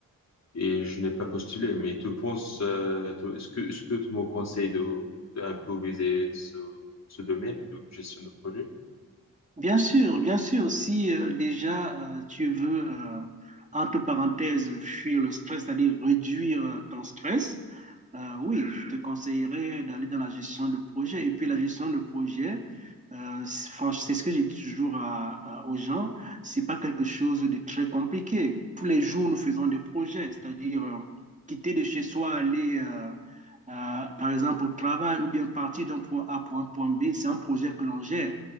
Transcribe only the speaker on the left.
et je n'ai pas postulé. Mais tu penses, euh, tu- est-ce que, est-ce que tu me conseilles de, de un peu viser ce, ce domaine de gestion de projet?